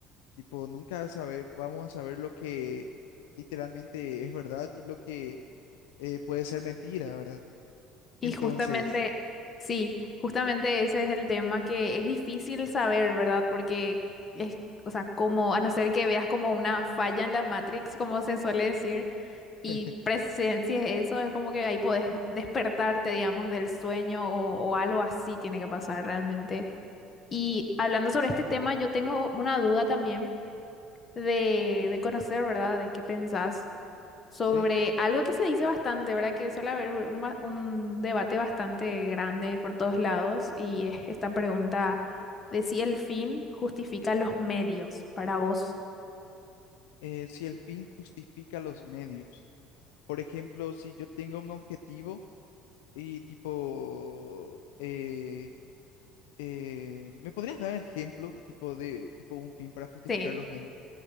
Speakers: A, on the left (about 65°); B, on the left (about 30°).
A: Tipo, nunca sabe, vamos a saber lo que literalmente es verdad y lo que eh, puede ser mentira, ¿verdad?
B: Y
A: Entonces,
B: justamente, sí, justamente ese es el tema que es difícil saber, ¿verdad? Porque es, o sea, como, a no ser que veas como una falla en la Matrix, como se suele decir, y
A: <laughs>
B: presencias eso, es como que ahí podés despertarte, digamos, del sueño o, o algo así tiene que pasar realmente Y hablando sobre este tema, yo tengo una duda también de, de conocer, ¿verdad? De qué pensás sobre
A: ¿sí?
B: algo que se dice bastante, ¿verdad? Que suele haber un, ba- un debate bastante grande por todos lados y es esta pregunta de si el fin justifica los medios para vos.
A: Eh, si el fin justifica los medios. Por ejemplo, si yo tengo un objetivo y tipo, eh, eh, ¿me podrías dar ejemplo tipo de tipo un fin para justificar
B: Sí.
A: los medios?